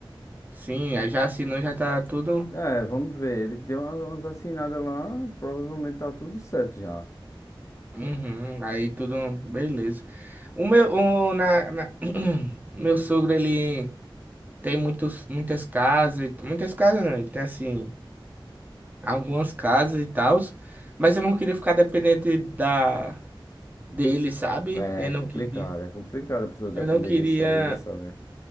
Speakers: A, on the right; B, on the left.
A: Sim, aí já assinou, já tá tudo.
B: É, vamos ver. Ele deu uma- umas assinadas lá, provavelmente tá tudo certo já.
A: Uhum. Aí tudo, beleza. O meu, o, na, na- <clears throat> meu sogro, ele. Tem muitos, muitas casas, e- muitas casas não, tem assim, algumas casas e tal, mas eu não queria ficar dependente da dele, sabe?
B: É
A: Eu não
B: complicado,
A: queria,
B: é complicado a pessoa depender
A: eu não queria,
B: de sogro e de sogra.